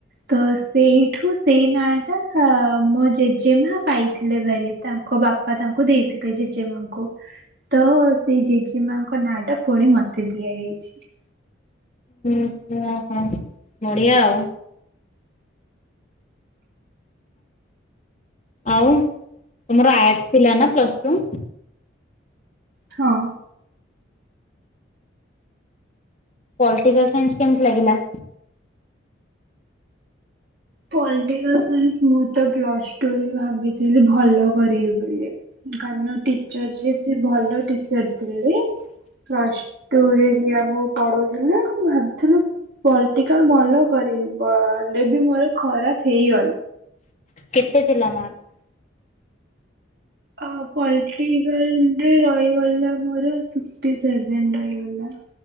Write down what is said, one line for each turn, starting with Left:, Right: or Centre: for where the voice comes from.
Right: ତ ସେଇଠୁ ସେଇ ନାଁ ଟା ମୋ ଜେଜେମା ପାଇଥିଲେ ଭାରି। ତାଙ୍କ ବାପା ତାଙ୍କୁ ଦେଇଥିଲେ ଯେ ଜେଜେମାଙ୍କୁ, ତ ସେଇ ଜେଜେମାଙ୍କ ନାଁ ଟା ପୁଣି ମତେ ଦିଆ ହେଇଛି।
Left: ଓ ହୋ, ବଢିଆ ଆଉ। ଆଉ ତମର ଆଡ୍ସ୍ ଥିଲା ନା ପ୍ଲସଟୁ?
Right: ହଁ।
Left: ପଲ୍ଟିକାଲ ସାଇନ୍ସ୍ କେମତି ଲାଗିଲା?
Right: ପଲ୍ଟିକାଲ ସାଇନ୍ସ୍ ମୁଁ ତ ପ୍ଲସ୍ଟୁରେ ଭାବିଥିଲି ଭଲ କରିବି ବୋଲି। କାଇଁ ନା ଟିଚର ଯିଏ ସିଏ ଭଲ ଟିଚର ଥିଲେ ପ୍ଲସ ଟୁ ରେ ବି ଆମକୁ ପଢଉଥିଲେ ମୁଁ ଭାବୁଥିଲୁ ପଲ୍ଟିକାଲ ଭଲ କରିବି, ବ ହେଲେ ବି ମୋର ଖରାପ ହେଇ ଗ
Left: କେତେ ଥିଲା ମାର୍କ?
Right: ଆ ପଲ୍ଟିକାଲରେ ରହିଗଲା ମୋର ସିକ୍ସଟି ସେଭେନ ରହିଗଲା।